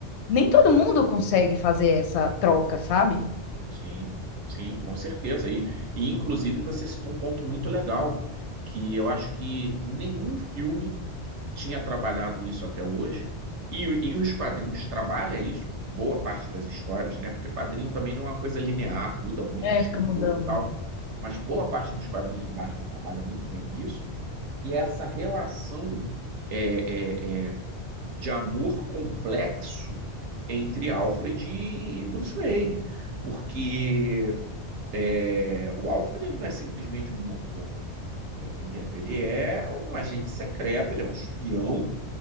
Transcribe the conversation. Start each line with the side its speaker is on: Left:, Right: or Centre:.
Left: Nem todo mundo consegue fazer essa troca, sabe?
Right: Sim, sim, com certeza. E, e inclusive você citou um ponto muito legal, que eu acho que nenhum filme tinha trabalhado isso até hoje, e, o- e os quadrinhos trabalham isso, boa parte das histórias, né? Porque quadrinho também não é uma coisa linear, muda muito
Left: É,
Right: o escritor,
Left: fica mudando.
Right: tal. Mas boa parte dos quadrinhos do Batman trabalha muito bem isso, e essa relação é, é, é, de amor complexo entre Alfred e Bruce Wayne, porque é, o Alfred ele não é simplesmente um mordomo, tá entendendo? Ele é um agente secreto, ele é um espião